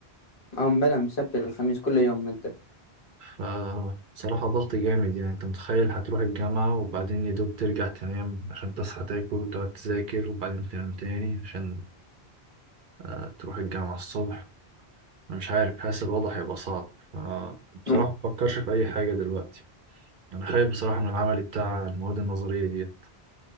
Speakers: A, on the left; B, on the right.
A: اه بلا من السبت للخميس كل يوم مادة
B: فبصراحة ضغط جامد يعني أنت متخيل هتروح الجامعة وبعدين يا دوب ترجع تنام عشان تصحى تاكل وتقعد تذاكر وبعدين تنام تاني عشان آه، تروح الجامعة الصبح أنا مش عارف حاسس الوضع هيبقى صعب فبصراحة
A: أو،
B: مفكرش في أي حاجة دلوقتي أنا خايف بصراحة من العمل بتاع المواد النظرية ديت